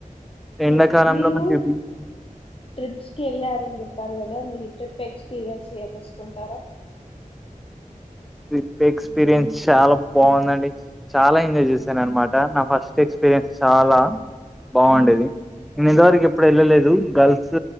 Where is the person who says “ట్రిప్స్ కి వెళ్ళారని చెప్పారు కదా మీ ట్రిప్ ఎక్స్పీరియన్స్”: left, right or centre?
Left